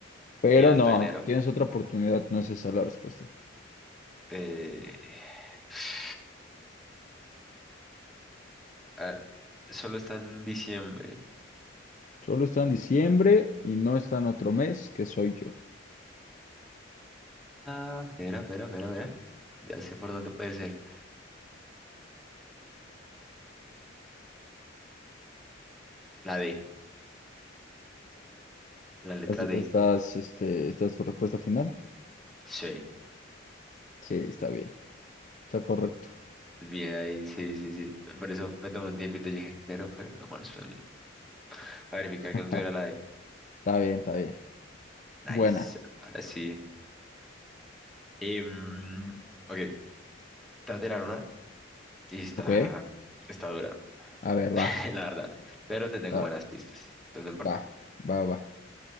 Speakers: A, on the left; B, in the centre.
A: Pero
B: y hasta
A: no,
B: enero.
A: tienes otra oportunidad. No es esa la respuesta.
B: Eh, <sighs> ah, solo está en diciembre.
A: Solo está en diciembre y no está en otro mes, que soy yo.
B: Ah, mira, mira, mira, mira. Ya sé por dónde puede ser. La D, la letra
A: ¿Estás,
B: D.
A: estás, este, esta es tu respuesta final?
B: Sí.
A: Sí, está bien. Está correcto.
B: Bien ahí, sí, sí, sí. Por eso me tomé un tiempito y dije enero, pero no, bueno, espera, no. A verificar
A: <laughs>
B: que no tuviera la D.
A: Está bien, está bien.
B: Nice.
A: Buena.
B: Ahora sí. Em, ok, te voy a tirar una y está,
A: Ok.
B: está dura.
A: A ver, va.
B: <laughs> la verdad. Pero te tengo
A: A
B: buenas
A: ver,
B: pistas, entonces no importa.
A: va, va, va.